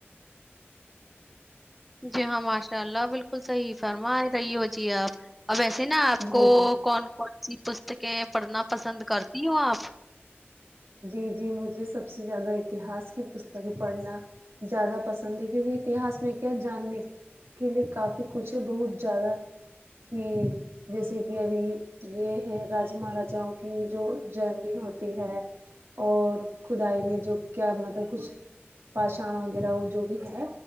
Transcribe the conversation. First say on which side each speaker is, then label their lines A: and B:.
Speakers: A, in the centre; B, on the right.
A: جی ہاں ماشاء اللہ بالکل صحیح فرما رہی ہو جی آپ ا ویسے نا آپ
B: جی
A: کو
B: جی
A: کون کون سی پستکیں پڑھنا پسند کرتی ہوں آپ
B: جی جی مجھے سب سے زیادہ اتہاس کی پستکیں پڑھنا زیادہ پسند ہے کیونکہ اتہاس میں کیا جاننے کے لیے کافی کچھ ہے بہت زیادہ کی جیسے کہ ابھی یہ ہے راج مہاراجاؤ کی جو جرنی ہوتی ہے اور کھدائی میں جو کیا مطلب کچھ پاشاان وغیرہ وہ جو بھی ہے